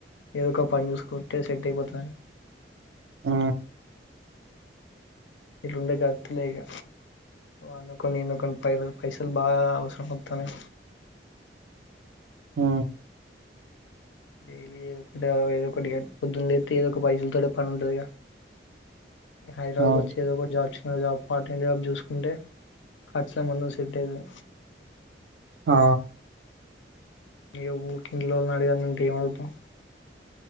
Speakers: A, on the left (about 85°); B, on the right (about 75°).
A: ఏదో ఒక పని చూసుకుంటే సెట్ అయిపోతదని
B: ఆ
A: ఇట్లుంటే గడుస్తలే ఇగ వన్నో కొన్ని విన్నో కొన్ని పైసలు పైసలు బాగా అవసరం వత్తనై
B: ఊ
A: డైలీ ఏదో ఒకటి ఏదో ఒకటిగ పొద్దున్లెత్తే ఏదో ఒక పైసలతోనే పని ఉంటదిగా ఇగ హైదరాబాద్
B: అవును
A: కొచ్చి ఏదో ఒకటి job job part time job చూసుకుంటే ఖచ్చితంగా <unintelligible> సెట్ అయితది
B: ఆ
A: ఈగ ఊకె ఇంట్లోళ్ళని అడగాలంటే ఏం అడుగుతాం